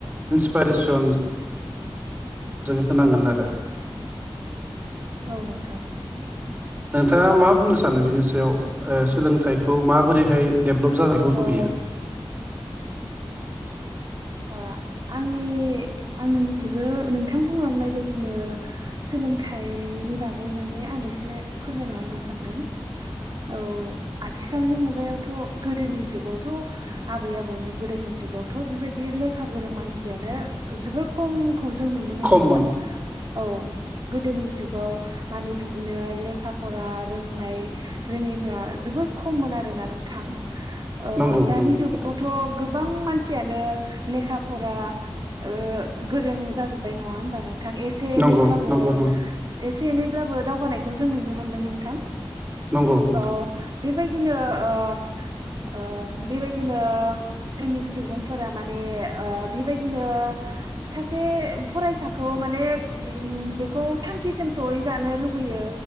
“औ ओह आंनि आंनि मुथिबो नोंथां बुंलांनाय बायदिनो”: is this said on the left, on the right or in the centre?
Right